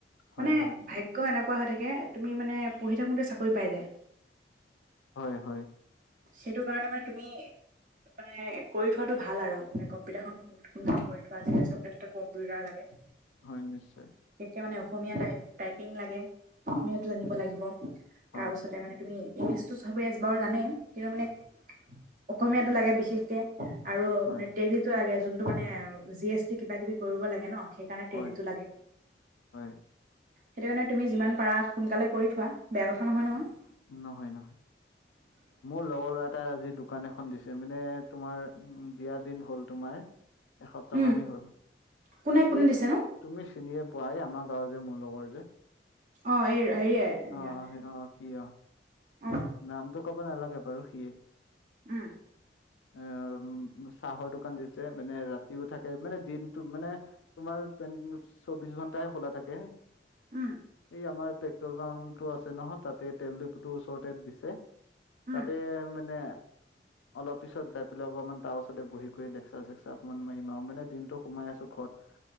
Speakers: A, on the left (about 85°); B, on the right (about 45°).
A: হয়,
B: মানে
A: হয়,
B: ভাগ্য ক এনেুৱা হৈ থাকে তুমি মানেঢ়ি থাকোঁতে চাকৰি পাই যায়
A: হয় হয়।
B: সেইটো কাৰণে মানে তুমি মানে কৰি থোৱাতটো ভাল আৰু মানে কম্পিউটাৰ খন উম কৰি থোৱা আজিকালি চব ক্ষেত্ৰতে কম্পিউাৰ লাগে।
A: হয় নিশ্চয়।
B: বিশেষকে মানে অসমীয়া টাইপ টাইপিং লাগে অসমীয়াটো জানিব লাগিব,
A: হয়,
B: তাৰপিছত তে মানে তুমি ইংলিছটো চবেই আজ বাৰু জানেই কিন্তু মানে অসমীয়াটো লাগে বিশেষকে। আৰু
A: হয়,
B: মানে ট্ৰেলিটো আগে যোনটো মানে জি এছ টি কিবা কিবি কৰিব লাগে ন সেইকাৰণে
A: হয়,
B: ট্ৰেলিটো লাগে।
A: হয়।
B: সেইটো কাৰণে তুমি যিমান পাৰা সোনকালে কৰি থোৱা বেয়া কথা নহয় নহয়।
A: নহয় নহয়।
B: <inaudible>
A: মোৰ লগৰ ল'ৰা এটা আজি দোকান এখন দিছে মানে তোমাৰ উ দিয়া দিন হ'ল তোমাৰ। এসপ্তাহ
B: উম
A: মানেই হ'ল।
B: কোনে কোন
A: এই
B: দিছে নো?
A: তুমি চিনিয়ে পোৱা এই আমাৰ গাঁৱৰ যে মোৰ লগৰ যে।
B: অঁ এই হেৰিয়ে
A: অ', অ', সি অ',
B: অ।
A: নামটো ক'ব নালাগে বাৰু সিয়ে।
B: উম।
A: এ অ উম্ চাহৰ দোকান দিছে মানে ৰাতিও থাকে মানে দিনটো মানে তোমাৰ <unintelligible> চৌবিশ ঘন্টাই খোলা থাকে।
B: উম।
A: এই আমাৰ পেট্ৰল পাম্পটো আছে নহয় তাতে তেল ডিপুটো ওচৰতে দিছে।
B: উম
A: তাতে মানে অলপ পিছত যাই পেলাই অকমান তাৰ ওচতে বহি কৰি লেকচাৰ চেকচাৰ অকণমান মাৰিম আও মানে দিনটো সোমাই আছো ঘৰত।